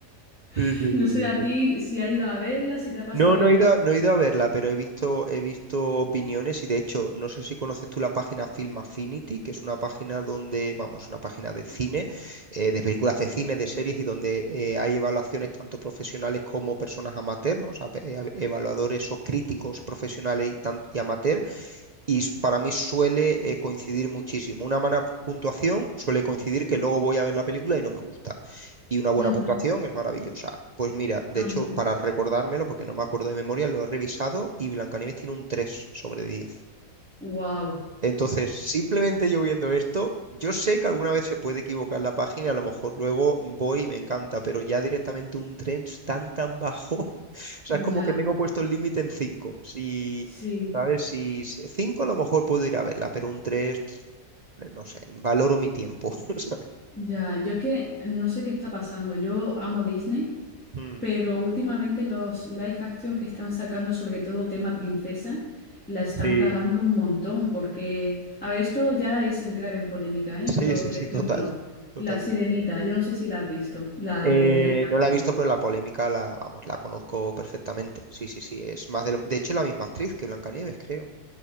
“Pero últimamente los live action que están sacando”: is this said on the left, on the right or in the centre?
Centre